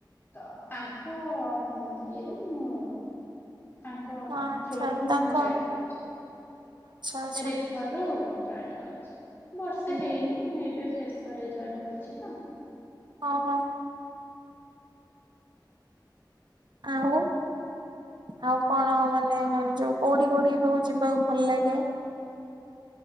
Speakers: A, on the left; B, on the right.
A: ତ ତାଙ୍କ ହୁଁ ଇଏରୁ ମୁଁ ତାଙ୍କ
B: ହଁ ଆଚ୍ଛା
A: ଥ୍ରୋରୁ ମୁଁ
B: ତାଙ୍କ
A: ଜଏନ କରିଛି।
B: ଆଚ୍ଛା ଆଚ୍ଛା
A: ରେଫର ରୁ, ମୁଁ ଜଏନ୍ କରିଛି, ବର୍ଷେ
B: ହୁଁ
A: ହେଇନି ମୁଁ ଏବେ ଫ୍ରେସ୍। ରେ ଜଏନ୍ କରିଛି ତ।
B: ଓହୋ। ଆଉ, ଆଉ କଣ ମାନେ ଯୋଉ କୋଉଠି କୋଉଠି ସବୁ ଯିବାକୁ? ଭଲ ଲାଗେ।